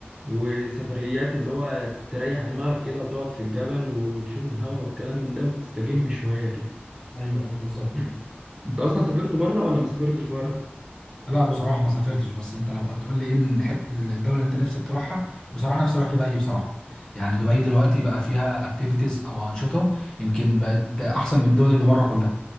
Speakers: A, on the right; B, on the left.
A: وسفريات اللي هو تريح دماغك كده وتقعد في الجبل وتشوف الهواء والكلام من ده وتستجم شوية كده
B: ايوه ايوه بالظبط
A: <clears throat> انت اصلا سافرت بره ولا ما سافرتش بره
B: لا بصراحة ما سافرتش بس انت لو هتقول لي ايه الحت... الدولة اللي انت نفسك تروحها بصراحة نفسي اروح دبي بصراحة يعني دبي دلوقتي بقى فيها اكتيفيتيز او انشطة يمكن بقت احسن من الدول اللي بره كلها